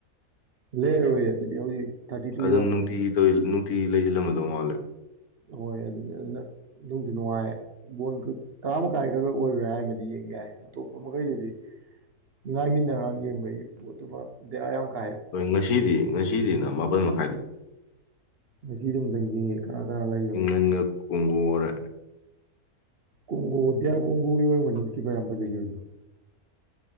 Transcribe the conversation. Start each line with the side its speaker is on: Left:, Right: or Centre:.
Right: ꯂꯩꯔꯔꯣꯏ ꯑꯗꯨꯗꯤ ꯍꯧꯖꯤꯛ ꯊꯥꯔꯇꯤ ꯇꯨ
Left: ꯑꯗꯨꯝ
Right: ꯌꯧꯔꯕꯅꯤꯅ
Left: ꯅꯨꯡꯇꯤꯒꯤ ꯇꯧ ꯅꯨꯡꯇꯤꯒꯤ ꯂꯩꯖꯤꯜꯂꯝꯃꯗꯧ ꯃꯥꯜꯂꯦ
Right: ꯍꯣꯏ ꯑꯗꯨꯗꯤ ꯑꯗꯨꯅ ꯅꯨꯡꯁꯨ ꯅꯨꯡꯉꯥꯏ ꯕꯣꯜ ꯀꯥꯃ ꯀꯥꯏ ꯈ ꯑꯣꯏꯒꯔ꯭ꯦ ꯍꯥꯏꯔꯝꯃꯗꯤ ꯌꯦꯡ ꯌꯥꯏ ꯑꯇꯣꯞꯄ ꯃꯈꯩꯗꯨꯗꯤ ꯉꯥꯏꯃꯤꯟꯅꯔꯥꯡ ꯌꯦꯡꯕꯒꯤ ꯄꯣꯠꯇꯨꯃ ꯕꯦꯔꯥ ꯌꯥꯝ ꯀꯥꯏꯌꯦꯕ
Left: ꯍꯣꯏ ꯉꯁꯤꯗꯤ ꯉꯁꯤꯗꯤꯅ ꯃꯥꯄꯜ ꯃꯈ
Right: ꯉꯁꯤꯗꯨꯝ ꯑꯝꯗꯪ ꯌꯦꯡꯒꯦ ꯀꯅꯥ ꯀꯅꯥ ꯂꯩ
Left: ꯏꯪꯂꯟꯅ ꯀꯣꯡꯒꯣꯒꯔꯥ
Right: ꯀꯣꯡꯒꯣ ꯗꯤꯑꯥꯔ ꯀꯣꯡꯒꯣꯒꯤ ꯑꯣꯏꯔꯝꯒꯅꯤ <unintelligible> ꯀꯤ ꯌꯥꯝ ꯐꯖꯒꯤꯕꯗꯣ